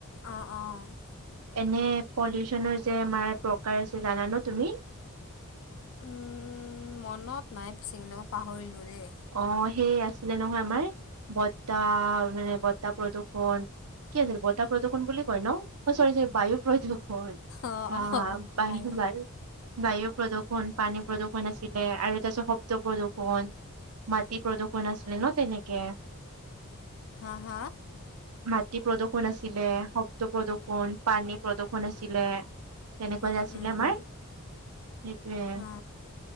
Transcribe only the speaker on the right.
এনে পলিউচনৰ যে আমাৰ প্ৰকাৰ আছে জানা ন তুমি।
অ সেই আছিলে নহয় আমাৰ বতাহ মানে বতাহ প্ৰদূৰ্ষন কি আছিল বতাহ প্ৰদূষণ বুলি কয় ন অ, চৰি - চৰি বায়ু প্ৰদূষণ।
হা
বায়ু-বায়ু।
বায়ু প্ৰদূৰণ পানী প্ৰদূৰ্ষণ আছিলে আৰু তাৰপিছত শব্দ প্ৰদূৰ্ষন। মাটি প্ৰদূষণ আছিলে ন তেনেকে।
মাটি প্ৰদৰ্শন আছিলে শব্দ প্ৰদূৰ্শন পানী প্ৰদূৰ্শন আছিলে। তেনেকুৱা
যে আছিলে
আমাৰ সেইটোয়ে।